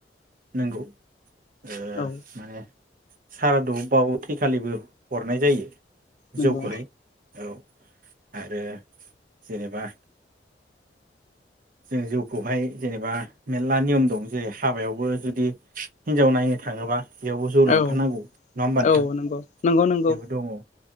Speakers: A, on the right; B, on the left.
A: नंगौ। ओ
B: औ
A: माने सारादुबाबो थैखालिबो हरनाय जायो।
B: नंगौ
A: जौखौहाय। औ आरो जेनेबा जों जौखौहाय जेनेबा मेरला नियम दं जेरै हाबायावबो जुदि हिनजाव नायनो थाङोबा बेयावबो जौ लांफानांगौ
B: औ
A: नङा होमबा नोंथां।
B: औ नंगौ नंगौ नंगौ
A: बेबो दङ औ